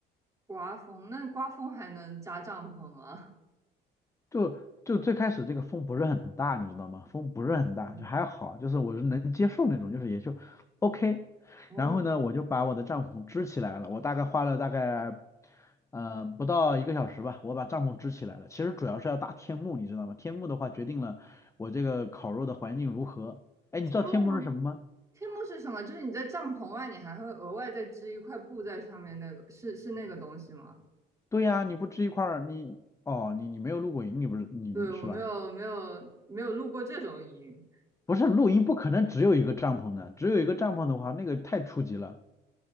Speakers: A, on the right; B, on the left.
A: 刮风，那刮风还能扎帐篷吗？
B: 就就最开始这个风不是很大，你知道吗？风不是很大，
A: 哦
B: 就还好，就是我是能接受那种，就是也就 OK。
A: 哦，
B: 然后呢，我就把我的帐篷支起来了，我大概花了大概呃不到一个小时吧，我把帐篷支起来了。其实主要是要搭天幕，你知道吗？天幕的话决定了我这个烤肉的环境如何。哎，你知道天幕是什么吗？
A: 天幕，天幕是什么？就是你在帐篷外，你还会额外再织一块布在上面，那个是是那个东西吗？
B: 对呀，你不支一块儿，你哦，你你没有露过营，你不是你你是吧？
A: 对，我没有没有没有露过这种营。
B: 不是露营不可能只有一个帐篷的，只有一个帐篷的话，那个太初级了。